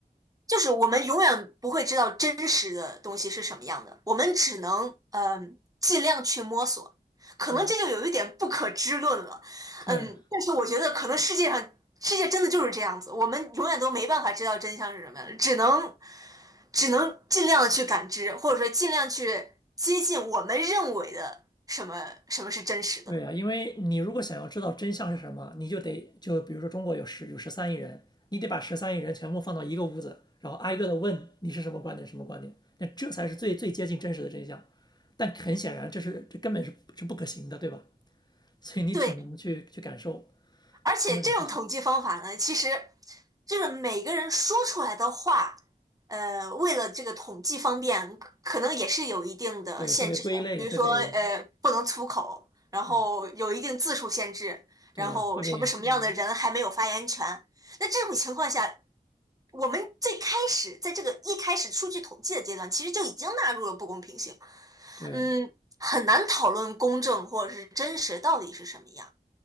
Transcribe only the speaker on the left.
对，对
对呀，因为你如果想要知道真相是什么，你就得就比如说中国有十有十三亿人，你得把十三亿人全部放到一个屋子，然后挨个的问你是什么观点，什么观点，那这才是最最接近真实的真相。但很显然，这是这根本是是不可行的，对吧？所以你只能去去感受，
通过什种去想，
对，会被归类，
会被，
对呀，对呀，
会被，嗯，
对，